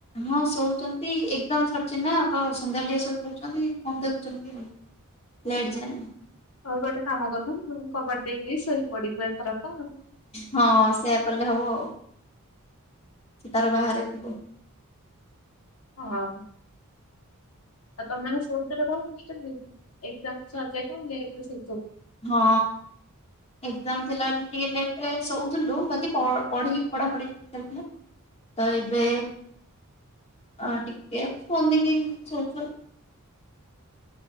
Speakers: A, on the left; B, on the left.
A: ହଁ ଶୋଉଛନ୍ତି ଏକ୍ଜାମ୍ ସରିଛି ନା, ତ ସନ୍ଧ୍ୟାବେଳେ ଟିକେ ଶୋଇପଡୁଛନ୍ତି ଫୋନ୍ ଦେଖୁଛନ୍ତି ଆଉ। ଲେଟ ଯାଏ ଆଉ।
B: ତୁ ଗୋଟେ କାମ କରୁନୁ ରୁମ୍ କବାଟ ଦେଇ ଦେଇ ଶୋଇ ପଡିବୁ ଏଥରକ ଆଉ।
A: ହଁ ସେଇଆ କଲେ ହବଆଉ। ସେ ତାର ବାହାରେ ଥିବ।
B: ହଁ ଆଉ ତମେମାନେ ଶୋଉଥିଲ <unintelligible> <unintelligible> ଏକଜାମ୍ ସରି ଯାଇଥିବ ଲେଟରେ ଶୋଉ।
A: ହଁ ଏକ୍ଜାମ ଥିଲା। ଟିକେ ଲେଟରେ ଶୋଉଥିଲୁ ବାକି ପ ପଢି ପଢ଼ାପଢ଼ି ଚାଲିଥିଲା। ତ ଏବେ ହଁ ଟିକେ ଫୋନ୍ ଦେଖିକି ଶୋଉଚୁ ଆଉ।